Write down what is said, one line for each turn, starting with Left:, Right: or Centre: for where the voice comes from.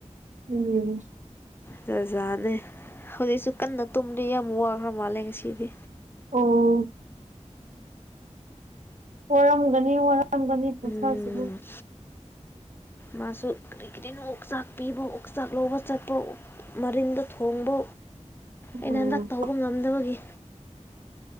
Right: ꯎꯝ
Left: ꯖꯥꯖꯥꯠꯅꯦ ꯍꯧꯖꯤꯛꯁꯨ ꯀꯟꯅ ꯇꯨꯝꯗꯤ ꯌꯥꯝ ꯋꯥꯈ꯭ꯔ ꯃꯥꯜꯂꯦ ꯉꯁꯤꯗꯤ
Right: ꯑꯣ ꯋꯔꯝꯒꯅꯤ ꯋꯥꯔꯝꯒꯅꯤ ꯄꯨꯊꯁꯤ
Left: ꯎꯝ ꯃꯥꯁꯨ ꯀꯔꯤ ꯀꯔꯤꯅꯣ ꯑꯣꯛꯆꯥꯛ ꯄꯤꯕ ꯑꯣꯛꯆꯥꯛ ꯂꯧꯕ ꯆꯠꯄ ꯃꯔꯤꯟꯗ ꯊꯣꯡꯕ
Right: ꯎꯝ
Left: ꯑꯩꯅ ꯍꯟꯗꯛ ꯇꯧꯕ ꯉꯝꯗꯕꯒꯤ